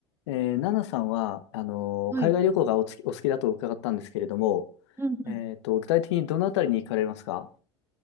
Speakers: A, on the left; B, on the right.
A: えー、ナナさんは、あのー海外旅行がおつき、
B: はい。
A: お好きだと伺ったんですけれども、
B: うんうん。
A: えっと、具体的にどのあたりに行かれますか